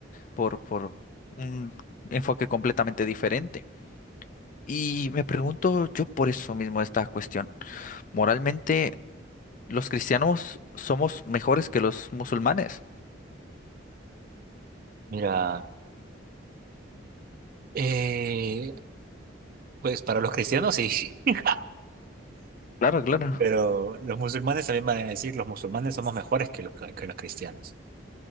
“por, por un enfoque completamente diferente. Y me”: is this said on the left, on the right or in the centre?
Left